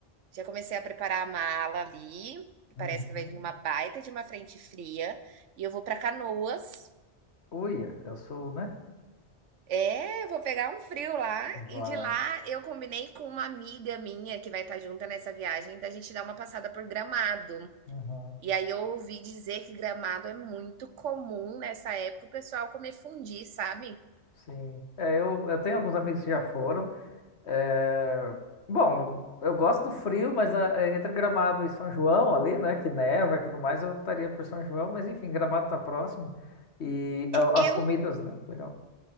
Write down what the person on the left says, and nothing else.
Uhum.
Uia, eu sou, né?
Vai.
Uhum.
Sim. É, eu, eu tenho alguns amigos que já foram. É, Bom, eu gosto do frio, mas ah, é, entre Gramado e São João ali, né? Que neva e tudo mais, eu optaria por São João, mas enfim, Gramado tá próximo. E ah,
as comidas, né? Legal.